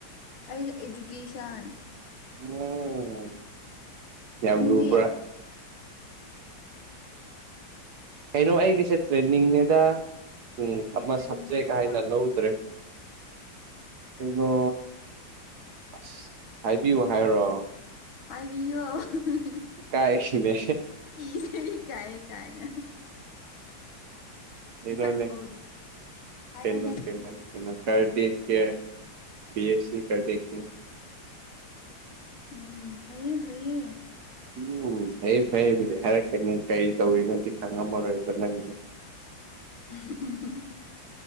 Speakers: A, on the left; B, on the right.
A: ꯑꯩ ꯏꯗꯨꯨꯀꯦꯁꯟ
B: <unintelligible> ꯌꯥꯝꯂꯨꯕ꯭ꯔꯥ
A: ꯅꯪꯗꯤ
B: ꯀꯩꯅꯣ ꯑꯩꯒꯤꯁꯦ ꯇ꯭ꯔꯦꯟꯅꯤꯡꯅꯦꯗ ꯎꯝ
A: ꯀꯩ
B: ꯑꯃ
A: ꯇ꯭ꯔꯦꯅꯤꯡ
B: ꯁꯞꯖꯦꯛ
A: ꯑꯣꯏꯕ꯭ꯔꯣ
B: ꯍꯥꯏꯅ ꯂꯧꯗ꯭ꯔꯦ ꯀꯩꯅꯣ ꯑꯁ ꯍꯥꯏꯕꯤꯌꯨ ꯍꯥꯏꯔꯣ
A: ꯍꯥꯏꯕꯤꯌꯣ <unintelligible>
B: ꯏꯀꯥꯏꯁꯤꯅꯦ
A: ꯏꯁꯦ ꯀꯥꯏ ꯀꯥꯏꯅ
B: ꯀꯩꯅꯣꯅꯦ
A: ꯁꯛ ꯎ ꯍꯥꯏꯌꯣꯅꯦ
B: ꯄꯟꯅꯣ ꯄꯟꯅꯥꯟ ꯀꯩꯅꯣ <unintelligible> ꯕꯤ ꯑꯦꯁ ꯁꯤ ꯀꯗꯦꯈꯤ
A: ꯎꯝ ꯐꯩꯌꯦ ꯐꯩꯌꯦ
B: ꯂꯨ ꯐꯩꯌꯦ ꯐꯩꯕꯨꯗꯤ ꯍꯥꯏꯔꯛꯀꯅꯤ ꯀꯔꯤ ꯇꯧꯔꯤꯅꯣꯗꯤ ꯈꯪꯉꯝꯃꯔꯣꯏꯕ ꯅꯪꯁꯦ
A: <unintelligible>